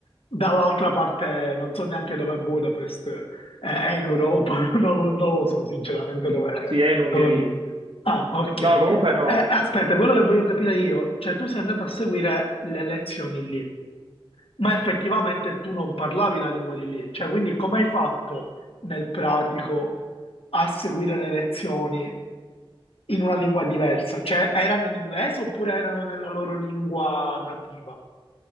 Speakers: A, on the left; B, on the right.
A: dall'altra parte, non so neanche dove è Budapest. È è in Europa, <laughs> non, non lo so sinceramente dove,
B: Sì, è in Ungheria.
A: dove... bu- Ah, ok. Eh,
B: No, comunque no.
A: aspetta, quello che voglio capire io, cioè tu sei andato a seguire le lezioni lì, ma effettivamente tu non parlavi la lingua di lì, cioè quindi come hai fatto nel pratico a seguire le lezioni in una lingua diversa? Cioè erano in inglese oppure erano nella loro lingua nativa?